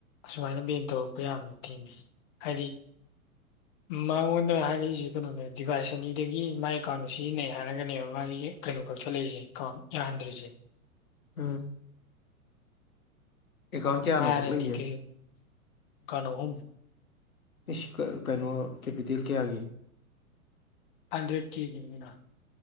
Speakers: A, on the left (about 35°); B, on the left (about 75°).
A: ꯑꯁꯨꯃꯥꯏꯅ ꯕꯦꯟ ꯇꯧꯔꯛꯄ ꯌꯥꯕ ꯅꯠꯇꯦꯃꯤ ꯍꯥꯏꯗꯤ
B: <inaudible>
A: ꯃꯉꯣꯟꯗ ꯍꯥꯏꯔꯛꯏꯁꯦ ꯀꯩꯅꯣꯅꯦ ꯗꯤꯚꯥꯏꯁ ꯑꯅꯤꯗꯒꯤ ꯃꯥꯥꯏ ꯑꯦꯀꯥꯎꯟꯗ ꯁꯤꯖꯤꯟꯅꯩ ꯍꯥꯏꯔꯒꯅꯦꯕ ꯃꯥꯒꯤ ꯀꯩꯅꯣ ꯀꯛꯊꯠꯂꯛꯏꯁꯦ ꯑꯦꯀꯥꯎꯟ ꯌꯥꯍꯟꯗ꯭ꯔꯤꯁꯦ
B: ꯎꯝ ꯑꯦꯀꯥꯎꯟ ꯀꯌꯥꯅꯣ
A: ꯃꯥꯅꯗꯤ
B: ꯀꯛꯂꯛꯏꯁꯦ
A: ꯀꯩ ꯑꯦꯀꯥꯎꯟ ꯑꯍꯨꯝ
B: ꯏꯁ ꯀꯥ ꯀꯩꯅꯣ ꯀꯦꯄꯤꯇꯦꯜ ꯀꯌꯥꯒꯤ
A: ꯍꯟꯗ꯭ꯔꯦꯠ ꯀꯦ ꯒꯤꯅꯤꯅꯥ